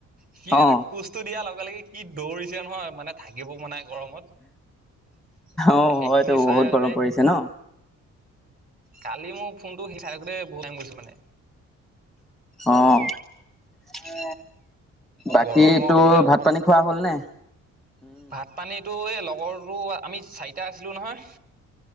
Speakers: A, on the right (about 30°); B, in the centre.
A: সি
B: অ
A: এনে খোজটো দিয়া লগে -লগে কি দৌৰিছে নহয়, মানে থাকিব পৰা নাই গৰমত। এ
B: অ
A: সেইখিনি
B: হয়তো
A: চাই
B: বহুত
A: মানে
B: গৰম পৰিছে ন
A: কালি মোৰ ফোনটো সি চাই থাকোতে বহুত টাইম গৈছো মানে
B: অহ। বাকী
A: গৰমৰ
B: তোৰ
A: কথা আকৌ
B: ভাত- পানী খোৱা হ'ল নে নাই?
A: ভাত পানী তোৰ এই লগৰটো। আমি চাৰিটা আছিলোঁ নহয়।